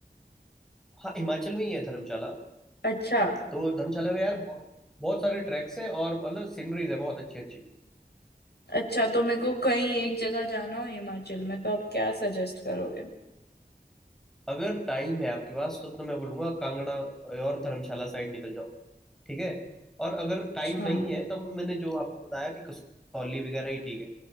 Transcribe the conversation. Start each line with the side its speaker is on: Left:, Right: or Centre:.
Centre: हाँ हिमाचल में ही है धर्मशाला
Left: अच्छा
Centre: तो धर्मशाला में यार बहुत, बहुत सारे ट्रैक्स हैं और मतलब सीनरीज है बहुत अच्छी अच्छी
Left: अच्छा तो मेरे को कहीं एक जगह जाना हो हिमाचल में तो आप क्या सजेस्ट करोगे
Centre: अगर टाइम है आपके पास तो, तो मैं बोलूंगा कांगड़ा और धर्मशाला साइड निकल जाओ ठीक है और अगर टाइम
Left: अच्छा
Centre: नहीं है तब मैंने जो आपको बताया कि कसौली वगैरह ही ठीक है